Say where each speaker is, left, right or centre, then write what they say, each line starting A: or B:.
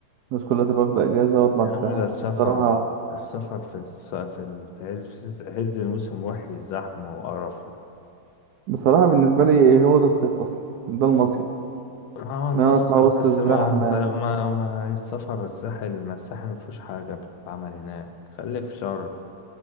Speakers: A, on the right (about 80°); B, on the left (about 80°).
A: الناس كلها تبقى واخدة اجازة واطلع
B: يا
A: الساحل
B: عم ده السفر
A: بصراحة
B: السفر في الس... في ال- في عز في عز الموسم وحش زحمة وقرف
A: بصراحة بالنسبة لي إيه، هو ده الصيف اصلا ده المصيف
B: اه المصيف
A: ان انا اطلع وسط
B: بس
A: الزحمة
B: ما ما ما السفر الساحل ما الساحل ما فيهوش حاجة بتتعمل هناك خليك في شرم